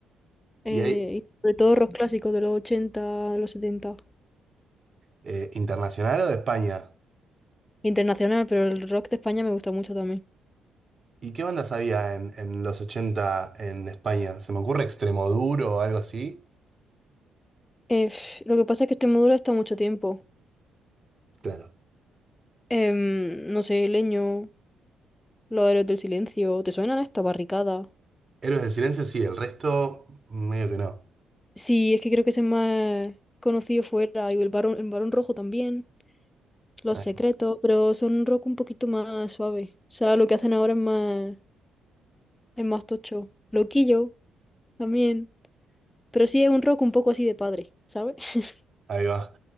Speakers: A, on the left (about 15°); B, on the right (about 35°).
A: eh,
B: ¿Y ahí,
A: y sobre todo rock clásico de los 80, de los 70,
B: eh, internacional o de España?
A: internacional, pero el rock de España me gusta mucho también.
B: ¿Y qué bandas había en, en los 80 en España? ¿Se me ocurre Extremoduro o algo así?
A: Eh, pf, lo que pasa es que Extremadura está mucho tiempo.
B: Claro.
A: Em, no sé, Leño, Los Héroes del Silencio, ¿te suenan esto? Barricada.
B: Héroes del Silencio, sí, el resto, medio que no.
A: Sí, es que creo que ese es más conocido fuera. Y el Barón, el Barón Rojo también. Los
B: Ahí
A: Secretos, pero son un rock un poquito más suave. O sea, lo que hacen ahora es más, es más tocho. Loquillo también. Pero sí es un rock un poco así de padre, ¿sabes? <laughs>
B: ahí va.